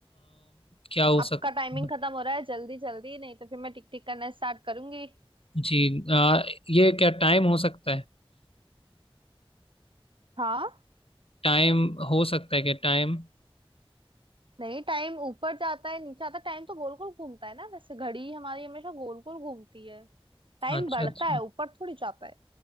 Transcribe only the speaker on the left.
क्या हो
सकता
है
जी अ, ये क्या टाइम हो सकता है
टाइम हो सकता है क्या टाइम
अच्छा
अच्छा